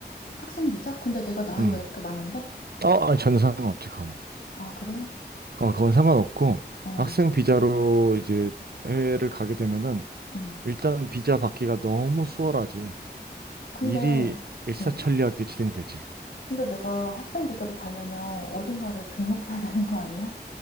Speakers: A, on the left; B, on the right.
A: 학생 비자? 근데 내가 나이가
B: 음.
A: 이렇게 많은데?
B: 어, 아니, 전혀 상관없지, 그거는.
A: 아, 그래?
B: 어, 그건 상관없고,
A: 어.
B: 학생 비자로 이제 해외를 가게 되면은
A: 응.
B: 일단은 비자 받기가 너무 수월하지.
A: 근데
B: 일이 일사천리하게
A: 어.
B: 진행되지.
A: 근데 내가 학생 비자로 가려면 어딘가를 등록해야 되는 거 아니야?